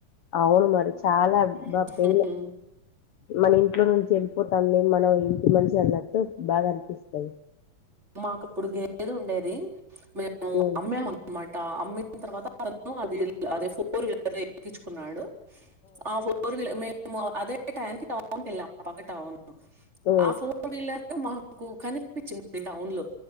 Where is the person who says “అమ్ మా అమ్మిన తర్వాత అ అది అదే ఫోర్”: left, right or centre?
Right